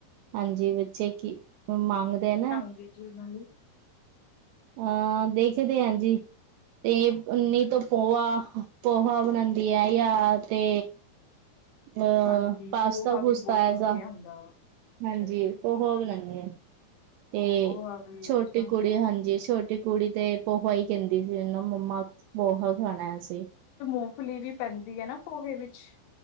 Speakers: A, on the right (about 80°); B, on the left (about 65°).
A: ਹਾਂਜੀ ਵ ਚੇ ਕੀ <unintelligible> ਮੰਗਦੇ ਐ ਨਾ।
B: <unintelligible>
A: ਆ ਦੇਖਦੇ ਆ ਜੀ ਤੇ ਨੀ ਤੋਂ ਪੋਆ ਪੋਹਾ ਬਣਾਦੀ ਐ ਯਾ ਤੇ ਅ
B: ਹਾਂਜੀ
A: ਪਾਸਤਾ-ਪੂਸਤਾ
B: ਪੋਹਾ ਵੀ ਬਹੁਤ
A: ਐਸਾ
B: ਵਧੀਆ ਹੁੰਦਾ
A: ਹਾਂਜੀ,
B: ਅੱਛਾ ਜੀ।
A: <unintelligible> ਆ ਤੇ
B: ਪੋਹਾ ਵੀ
A: ਛੋਟੀ
B: ਅੱਛਾ ਹੁੰਦਾ।
A: ਕੁੜੀ, ਹਾਂਜੀ ਤੁਹਾਡੀ ਕੁੜੀ ਤੇ ਪੋਹਾ ਈ ਕੈਂਦੀ ਸੀ, ਮੰਮਾ ਪੋਹਾ ਖਾਣਾ ਅਸੀ।
B: ਮੂੰਫਲੀ ਵੀ ਪੈਂਦੀ ਐ ਨਾ ਪੋਹੇ ਵਿੱਚ?